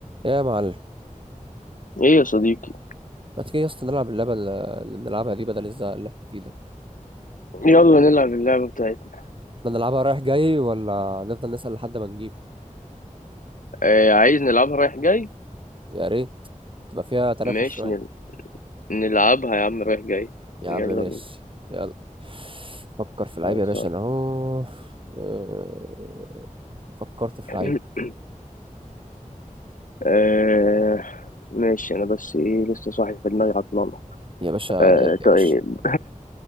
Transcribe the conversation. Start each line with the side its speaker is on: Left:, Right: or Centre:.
Right: يا معلم
Left: ايه يا صديقي
Right: ما تيجي يا اسطى نلعب اللعبة اللي اللي بنلعبها دي بدل الزهق اللي احنا فيه ده
Left: يلا نلعب اللعبة بتاعتنا
Right: احنا نلعبها رايح جاي ولا نفضل نسأل لحد ما نجيب
Left: آه عايز نلعبها رايح جاي
Right: يا ريت تبقى فيها تنافس
Left: ماشي
Right: شوية
Left: نل... نلعبها يا عم رايح جاي
Right: يا
Left: يلا
Right: عم ماشي
Left: بينا
Right: يلا فكر في لعيب
Left: خلصان
Right: يا باشا انا اهو اه، فكرت في
Left: <clears throat>
Right: لعيب
Left: آه ماشي انا بس ايه لسه صاحي في دماغي عطلانة
Right: يا باشا لعيب
Left: آه
Right: يا
Left: طيب
Right: باشا